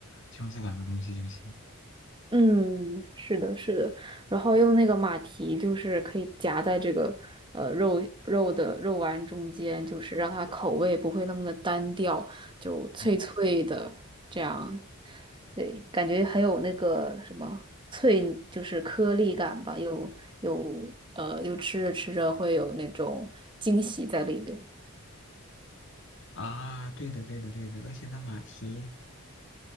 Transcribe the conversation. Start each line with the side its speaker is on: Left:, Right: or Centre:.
Left: 就用这两个东西就行。
Right: 嗯，是的，是的，然后用那个马蹄，就是可以夹在这个呃肉肉的肉丸中间，就是让它口味不会那么的单调，就脆脆的这样，
Left: 嗯
Right: 对，感觉很有那个什么脆，就是颗粒感吧，有有呃，就吃着吃着会有那种惊喜在里边
Left: 啊，对的，对的，对的，而且那马蹄，